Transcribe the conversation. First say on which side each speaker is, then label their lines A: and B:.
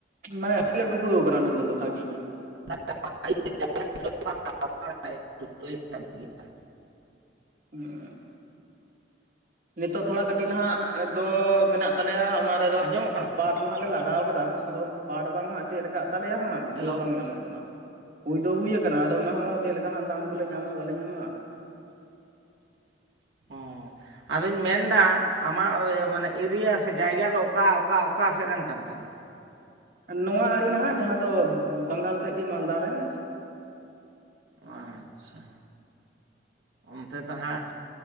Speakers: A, on the right; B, on the right.
A: ᱢᱟᱱᱮ ᱪᱮᱫ ᱞᱮ ᱰᱩᱵᱟᱹᱣ ᱟᱠᱟᱱᱟ ᱰᱩ ᱵᱟᱣ ᱫᱚ ᱵᱷᱟᱜᱤ ᱜᱮ
B: <inaudible>
A: ᱦᱮᱸ ᱱᱤᱛᱚᱜ ᱛᱷᱚᱲᱟ ᱠᱟᱹᱴᱤᱡ ᱱᱟᱦᱟᱜ ᱫᱚ ᱢᱮᱱᱟᱜ ᱛᱟᱞᱮᱭᱟ ᱚᱱᱟ ᱨᱮᱫᱚ
B: ᱟᱸᱡᱚᱢᱚᱜ ᱠᱟᱱᱟ ᱥᱮ
A: ᱯᱟᱴ ᱱᱟᱦᱟᱜ ᱞᱮ ᱞᱟᱜᱟᱣ ᱟᱠᱟᱫᱟ᱾ ᱟᱫᱚ ᱯᱟᱴ ᱵᱟᱝ ᱦᱟᱜ ᱪᱮᱫ ᱞᱮᱠᱟ ᱛᱟᱞᱮᱭᱟ ᱦᱟᱜ ᱵᱩᱡᱷᱟᱹᱣ
B: ᱦᱮᱞᱳ
A: ᱵᱟᱝ ᱧᱟᱢᱚᱜ ᱠᱟᱱᱟ? ᱦᱩᱭ ᱫᱚ ᱦᱩᱭ ᱟᱠᱟᱱᱟ᱾ ᱟᱫᱚ ᱚᱱᱟ ᱦᱚᱸ ᱪᱮᱫ ᱞᱮᱠᱟ ᱦᱟᱜ ᱫᱟᱢ ᱠᱚᱞᱮ ᱧᱟᱢᱟ ᱵᱟᱞᱮ ᱧᱟᱢᱟ?
B: <inaudible> ᱚᱸ ᱟᱫᱚᱧ ᱢᱮᱱᱫᱟ ᱟᱢᱟᱜ ᱳᱭᱼᱢᱟᱱᱮ ᱮᱨᱤᱭᱟ ᱥᱮ ᱡᱟᱭᱜᱟ ᱫᱚ ᱚᱠᱟ ᱚᱠᱟ ᱚᱠᱟ ᱥᱮᱫ ᱨᱮᱱ ᱠᱟᱱ ᱛᱮᱢ?
A: ᱱᱚᱣᱟ ᱟᱲᱮ ᱱᱟᱦᱟᱜ ᱡᱟᱦᱟᱸ ᱫᱚ ᱵᱟᱝᱜᱟᱞ ᱥᱮᱫ ᱜᱮ ᱢᱟᱞᱫᱟ ᱨᱮᱱ
B: ᱟᱪᱪᱷᱟ ᱚᱱᱛᱮ ᱫᱚ ᱦᱟᱸᱜ